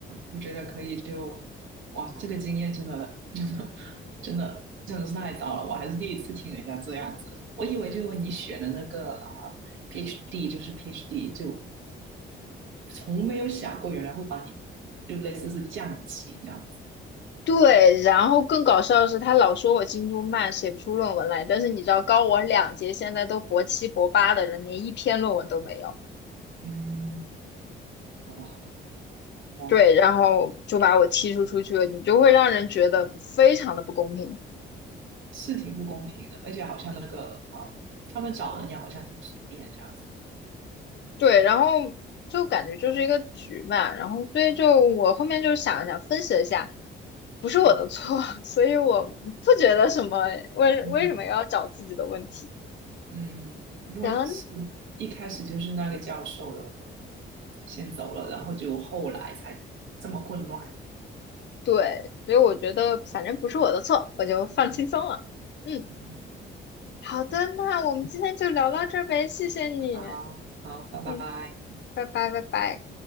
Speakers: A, on the right; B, on the left.
A: 我觉得可以就，哇，这个经验真的 <laughs> 真的真的真的是太糟了，我还是第一次听人家这样子，我以为就你选的那个啊、呃 PhD 就是 PhD，就从没有想过原来会把你就类似是降级这样子。
B: 对，然后更搞笑的是，他老说我进度慢，写不出论文来。但是你知道，高我两届，现在都博七博八的人，连一篇论文都没有。
A: 嗯，哇哇，
B: 对，然后就把我踢出出去了，你就会让人觉得非常的不公平。
A: 是挺不公平的，而且好像那个啊、他们找人也好像挺随便这样子。
B: 对，然后就感觉就是一个局嘛，然后所以就我后面就想了想，分析了一下，不是我的错，
A: 嗯
B: <laughs> 所以我不觉得什么，为为什么要找自己的问题。
A: 嗯嗯，因为是
B: 然后。
A: 一开始就是那个教授的先走了，然后就后来才这么混乱。
B: 对，所以我觉得反正不是我的错，我就放轻松了。
A: 嗯
B: 嗯，
A: 嗯，
B: 好的，那我们今天就聊到这儿呗，谢谢你。
A: 好好，拜拜。
B: 嗯，拜拜，拜拜。